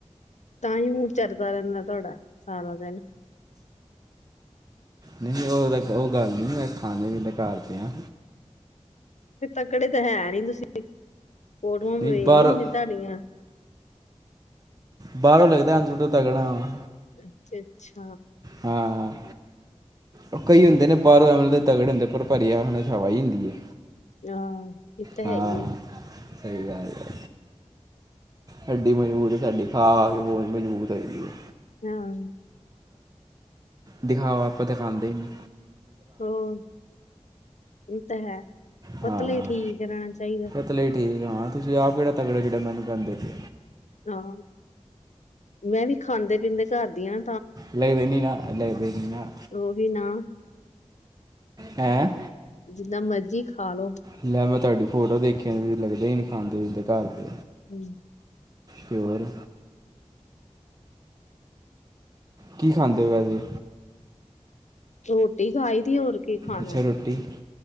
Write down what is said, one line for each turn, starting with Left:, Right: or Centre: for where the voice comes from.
Left: ਤਾਂ ਹੀ ਹ ਚਰਦਾ ਰਹਿੰਦਾ ਤੁਹਾਡਾ ਸਾਰਾ ਦਿਨ।
Right: ਨਹੀ ਉਹ ਤਾਂ ਉਹ ਗੱਲ ਨੀ ਖਾਂਦੇ ਪੀਂਦੇ ਘਰ ਦੇਆ।
Left: ਤਕੜੇ ਤਾਂ ਹੈ ਨੀ ਤੁਸੀ ਫੋਟੋਆਂ ਦੇਖਦੀਆਂ
Right: ਨਹੀਂ ਬਾਹਰ
Left: ਤੁਹਾਡੀਆਂ।
Right: ਬਾਹਰੋਂ ਲੱਗਦਾ ਅੰਦਰੋ ਤਗੜਾ ਵਾ।
Left: ਅਛਾ ਅੱਛਾ।
Right: ਹਾਂ ਹਾਂ। ਉਹ ਕਈ ਹੁੰਦੇ ਨੇ ਬਾਹਰੋਂ ਐਮ ਦੇ ਤਗੜ ਹੁੰਦੇ ਪਰ ਭਰੀ ਆ ਉਹਨਾਂ ਚ ਹਵਾ ਹੀ ਹੁੰਦੀ ਏ।
Left: ਹਾਂ। ਇਹ ਤਾਂ ਹੈ
Right: ਹਾਂ
Left: ਹੀ ਐ
Right: ਸਹੀ ਗੱਲ ਹੈ। ਹੱਡੀ ਮਜ਼ਬੂਤ ਸਾਡੀ ਖਾ ਖਾਕੇ ਬਹੁਤ ਮਜ਼ਬੂਤ ਹੋਈ ਪਈ ਹੈ।
Left: ਫਿਰ ਹੁਣ।
Right: ਦਿਖਾਓ ਆਪਾਂ ਦਿਖਾਂਦੇ ਹੀ ਨੀ।
Left: ਹੋਰ ਇਹ ਤਾਂ ਹੈ ਪਤਲਾ
Right: ਹਾਂ
Left: ਹੀ ਠੀਕ ਰਹਿਣਾ ਚਾਹੀਦਾ।
Right: ਪਤਲੇ ਠੀਕ ਹਾਂ ਤੁਸੀਂ ਆਪ ਕਿਹੜਾ ਤਗੜਾ ਜਿਹੜਾ ਮੈਨੂੰ ਕਹਿੰਦੇ ਸੀ।
Left: ਹਾਂ ਮੈਂ ਵੀ ਖਾਂਦੇ ਪੀਂਦੇ ਘਰ ਦੀ ਹਾਂ।
Right: ਲਦੇ ਨਹੀਂ ਨਾ ਲਬ ਨਹੀਂ ਨਾ।
Left: ਉਹੀ ਨਾ।
Right: ਹੈਂ।
Left: ਜਿੰਦਾਂ ਮਰਜ਼ੀ ਖਾ ਲੋੋ।
Right: ਲੈ ਮੈਂ ਤੁਹਾਡੀ ਫੋਟੋ ਦੇਖਿਆ ਲੱਗਦਾ ਹੀ ਨਹੀਂ ਖਾਂਦੇ ਪੀਦੇ ਘਰ ਤੇ
Left: ਹਮ।
Right: ਤੇ ਹੋਰ ਕੀ ਖਾਂਦੇ ਹੋ ਵੈਸੇ
Left: ਰੋਟੀ ਖਾਈ ਦੀ ਹੋਰ ਕੀ ਖਾਣਾ
Right: ਅੱਛਾ ਰੋਟੀ